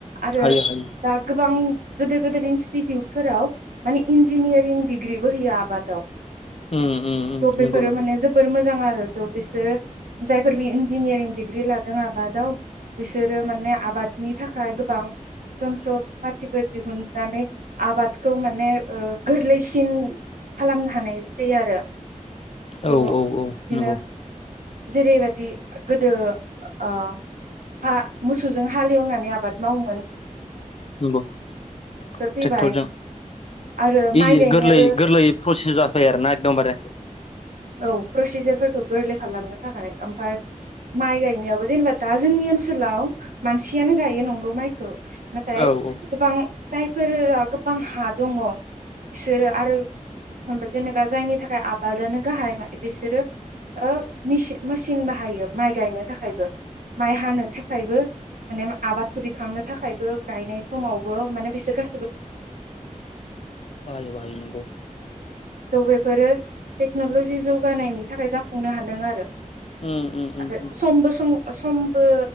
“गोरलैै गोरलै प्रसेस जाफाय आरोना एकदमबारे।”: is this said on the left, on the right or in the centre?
Left